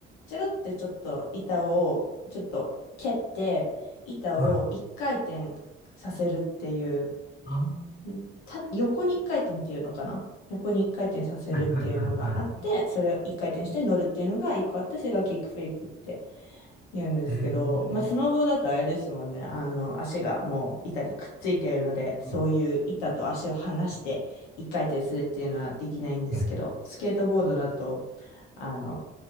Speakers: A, on the left; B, on the left.
A: ちょろってちょっと板を、ちょっと蹴って、板を一回転させるっていう、
B: はい。あー
A: んた、横に一回転っていうのかな横に一回転させるっていうのがあって、
B: はい。はい。はい。はい。
A: それを一回転して乗るっていうのが一個あって、それがキックフリップって言うんですけど、
B: えー。
A: まあ、スノボーだとあれですもんね。あの、足がもう板にくっついているので、そういう板と足を離して一回転するっていうのはできないんですけど、
B: うんはい。
A: スケートボードだと、あの、